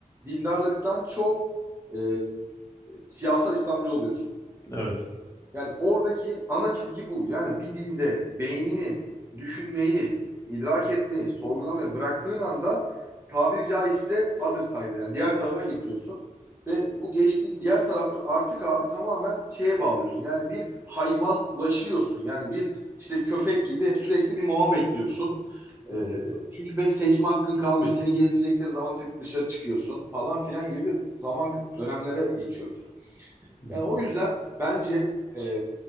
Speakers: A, on the right (about 15°); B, on the left (about 20°).
A: dindarlıktan çok e, siyasal İslamcı oluyorsun.
B: Evet.
A: Yani oradaki ana çizgi bu. Yani bir dinde beynini düşünmeyi, idrak etmeyi, sorgulamayı bıraktığın anda tabiri caizse other side'a yani diğer tarafa geçiyorsun. Ve bu geçtiğin diğer tarafta artık abi tamamen şeye bağlıyorsun. Yani bir hayvanlaşıyorsun. Yani bir işte köpek gibi sürekli bir mama bekliyorsun.
B: Hı
A: Ee,
B: hı.
A: çünkü pek seçme hakkın kalmıyor. Seni gezdirecekleri zaman işte dışarı çıkıyorsun falan filan gibi bir zaman dönemlere geçiyoruz.
B: Hı hı.
A: Yani o yüzden bence e,